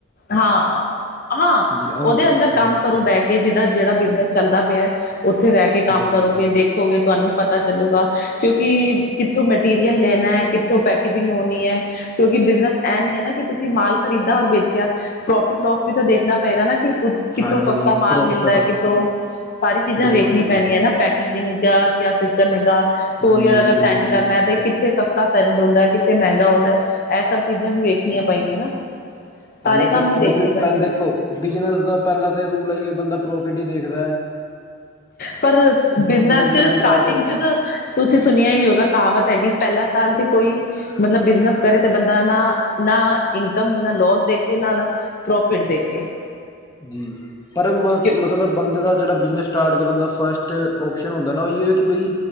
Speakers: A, on the left; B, on the left.
A: ਹਾਂਆ ਹਾਂ,
B: ਹਾਂਜੀ ਆਹ ਹੁਣ-
A: ਓਦੇ ਅੰਦਰ ਕੰਮ
B: ਹਮ
A: ਕਰੋ ਬੈਕੇ ਜਿੱਦਾਂ ਜੇੜਾ ਬਿਜ਼ਨਸ ਚੱਲਦਾ ਪਿਆ ਏ। ਉੱਥੇ ਰੇਹ ਕੇ ਕੰਮ
B: ਹਾਂਜੀ
A: ਕਰੋਗੇ,
B: ਹਾਂਜੀ
A: ਦੇਖੋਗੇ ਤੁਹਾਨੂੰ ਪਤਾ ਚੱਲੂਗਾ। ਕਿਉਂਕਿ ਕਿੱਥੋਂ ਮਟੀਰੀਅਲ ਲੈਣਾ ਏ, ਕਿੱਥੋਂ ਪੈਕੇਜਿੰਗ ਹੋਣੀ ਐ। ਕਿਉਂਕਿ ਬਿਜ਼ਨਸ ਏ ਨੀ ਏ ਨਾ ਕਿ ਤੁਸੀਂ ਮਾਲ ਖਰੀਦਾ ਔਰ ਵੇਚਿਆ। ਪ੍ਰੋਫਿਟ ਲੋਸ ਵੀ ਤਾਂ ਦੇਖਣਾ ਪਏਗਾ ਨਾ ਕਿ ਕਿੱਥੋਂ
B: ਹਾਂਜੀ
A: ਸਸਤਾ
B: ਹਾਂਜੀ
A: ਮਾਲ
B: ਪ੍ਰੋਪਰ
A: ਮਿਲਦਾ ਐ ਕਿੱਥੋਂ ਸਾਰੀ ਚੀਜ਼ਾਂ
B: ਬਿਲਕੁਲ
A: ਵੇਖੀਆਂ
B: ਬਿਲਕੁਲ
A: ਪੈਣੀਆਂ ਨਾ, ਪੈਕਿੰਜਿੰਗ ਦਾ ਕਿਆ ਸਿਸਟਮ ਹੈਗਾ। ਕੋਰੀਅਰ
B: ਹਾਂਜੀ ਹਾਂਜੀ
A: ਅਗਰ
B: ਲੇਬਲਿੰਗ
A: ਸੈਂਡ ਕਰਨਾ ਤੇ ਕਿੱਥੇ ਸਸਤਾ ਸੇਂਡ ਹੁੰਦਾ ਏ, ਕਿੱਥੇ ਮਹਿੰਗਾ ਹੁੰਦਾ ਏ। ਇਹ ਸਭ ਚੀਜ਼ਾਂ ਵੀ ਵੇਖਣੀਆਂ ਪਏਗੀਆਂ ਨਾ। ਸਾਰੇ
B: ਪੈਲੇ
A: ਕੰਮ
B: ਤੇ
A: ਹੀ
B: ਪ੍ਰੋਫਿਟ
A: ਦੇਖਣੇ ਪੈਣੇ
B: ਪੈਲੇ ਦੇਖੋ ਬਿਜ਼ਨਸ ਦਾ ਪੈਲਾਂ ਤਾਂ ਰੂਲ ਆਈ ਏ, ਬੰਦਾ ਪ੍ਰੋਫਿਟ ਈ ਦੇਖਦਾ ਏ।
A: ਪਰ ਬਿਜ਼ਨਸ
B: ਦੇਖ
A: ਚ ਸਟਾਰਟਿੰਗ
B: ਲਿਆ ਤੇ
A: ਚ ਤ ਤੁਸੀਂ ਸੁਣਿਆ ਈ ਹੋਗਾ, ਕਹਾਵਤ ਹੈਗੀ ਪੈਲਾਂ ਸਾਲ ਤੇ ਕੋਈ ਮਤਲਬ ਬਿਜ਼ਨਸ ਕਰੇ ਤੇ ਬੰਦਾ ਨਾ-ਨਾ ਇਨਕਮ, ਨਾ ਲੋਸ ਦੇਖੇ ਦੇਖੇ, ਨਾ ਪ੍ਰੋਫਿਟ ਦੇਖੇ।
B: ਜੀ-ਜੀ। ਪਰ ਮ
A: ਕਿ
B: ਮਤਲਬ ਬੰਦੇ ਦਾ ਜੇੜਾ ਬਿਜ਼ਨਸ ਸਟਾਰਟ ਕਰਨ ਦਾ ਫਸਟ ਆਪਸ਼ਨ ਹੁੰਦਾ ਨਾ ਓਹ ਓ ਕਿ ਬਈ